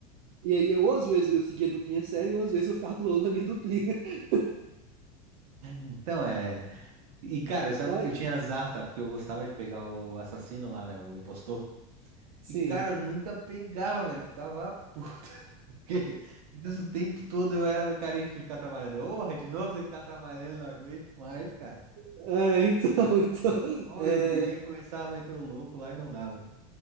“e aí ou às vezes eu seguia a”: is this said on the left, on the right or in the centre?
Right